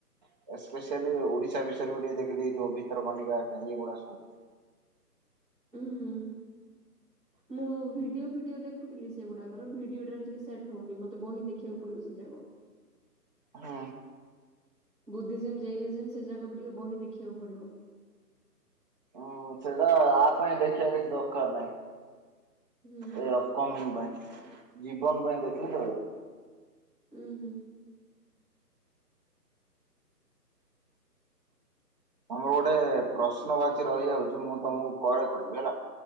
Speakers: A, on the right; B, in the centre.
A: <inaudible>
B: ଉୁଁ ହୁଁ ହୁଁ।
A: ହଁ।
B: ମୁଁ ଭିଡିଓ ଫିଡିଓ ଦେଖୁଥିଲି ସେଗୁଡାକର। ଭିଡିଓଟା ଟିକେ ସେଟ୍ ହଉନି ମତେ ବହି ଦେଖିବାକୁ ପଡିବ, ସେ ଯାକର।
A: ହଁ।
B: ବୁଦ୍ଧିଜିମ୍, ଜେନିଜିମ୍ ସେ ଯାକ ବି ଟିକେ ବହି ଦେଖିବାକୁ ପଡିବ।
A: ହୁଁ ସେଟା ଆ ପାଇଁ ଦେଖିବା କି ଦରକାର ନାହିଁ।
B: ହୁଁ
A: ଏ ଅପକମିଂ ପାଇଁ। ଜୀବନ ପାଇଁ ଦେଖିଲି ଆଉ।
B: ହୁଁ ହୁଁ।
A: ତମର ଗୋଟେ ପ୍ରଶ୍ନ ବାଚୀ ରହିଯାଉଛି ମୁଁ ତମକୁ ପରେ କହିବି ହେଲା।